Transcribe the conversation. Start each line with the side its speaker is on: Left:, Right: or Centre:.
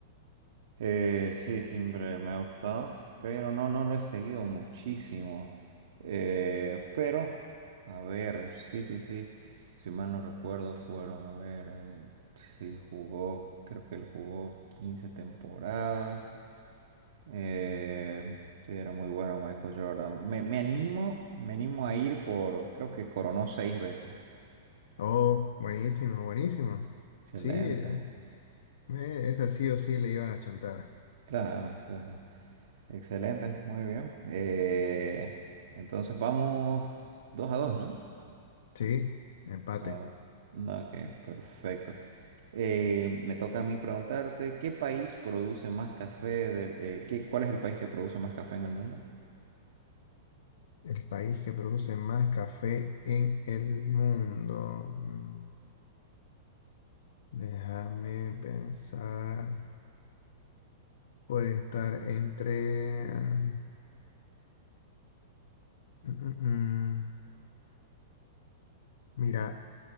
Right: Eh, sí, siempre me ha gustado, pero no, no lo he seguido muchísimo. Eh, pero, a ver, sí, sí, sí, si mal no recuerdo, fueron, a ver, eh, sí, jugó, creo que él jugó 15 temporadas. Eh, sí, era muy bueno Michael Jordan. Me, me animo, me animo a ir por, creo que coronó seis veces.
Left: Oh, buenísimo, buenísimo.
Right: Excelente,
Left: Sí, eh, me- esa sí o sí le iba a chontar.
Right: claro, sí, sí. Excelente, muy bien. Eh, entonces vamos dos a dos, ¿no?
Left: Sí, empate.
Right: No, no, ok, perfecto. Eh, me toca a mí preguntarte, ¿qué país produce más café? De, eh, ¿qué- cuál es el país que produce más café en el mundo?
Left: El país que produce más café en el mundo. Mm, Déjame pensar. Puede estar entre... ah, mm, mm, mm. Mira,